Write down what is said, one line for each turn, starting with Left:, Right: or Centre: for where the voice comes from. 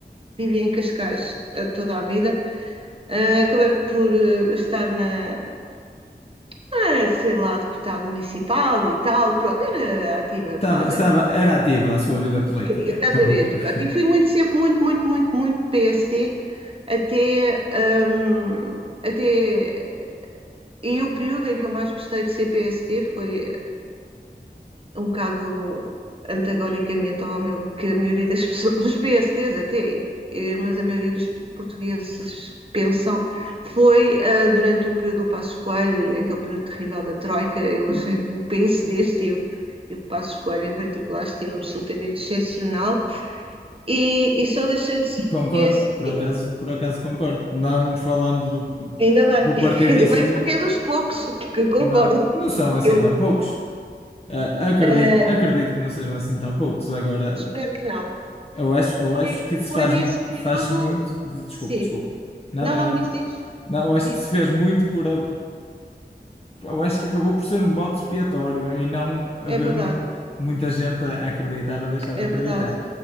Right: vivi em Cascais eh, toda a vida. Eh, acabei por eh, estar na, a ser lá deputado municipal e tal, pronto, era ativa
Left: Estava,
Right: lá dentro.
Left: estava, era ativa a sua vida política,
Right: Exatamente,
Left: pelo que... <laughs>
Right: pronto. E fui muito, sempre muito, muito, muito, muito PSD até, hum, até... E o período em que eu mais gostei de ser PSD foi um bocado antagonicamente ao meu, que a maioria das pessoas, dos PSTs até, eh, mas a maioria dos portugueses pensam, foi ah, durante o período do Passos Coelho e aquele período terrível da Troika, eu achei que o PSD esteve, e o Passos Coelho em particular, esteve absolutamente excepcional, e, e só deixei de ser
Left: Concordo,
Right: PSD,
Left: por acaso, por acaso concordo. Não falando do,
Right: ainda bem,
Left: do
Right: <laughs>
Left: partido
Right: ainda
Left: em si,
Right: bem porque é dos poucos que concordo,
Left: mas não são assim
Right: eu
Left: tão poucos. Ah, acredito,
Right: ah,
Left: acredito que não sejam assim tão poucos. Agora,
Right: espero que não.
Left: eu acho, eu
Right: Foi,
Left: acho que se
Right: foi
Left: faz,
Right: nesse período,
Left: faz-se muito. Desculpe,
Right: sim,
Left: desculpe. Não,
Right: Não,
Left: não,
Right: não,
Left: não.
Right: diz, diz,
Left: Não, eu acho
Right: diz.
Left: que se fez muito por, a- eu acho que acabou por ser um bode expiatório e não haver
Right: É verdade,
Left: muito- muita gente a acreditar ou deixar de
Right: é
Left: acreditar.
Right: verdade.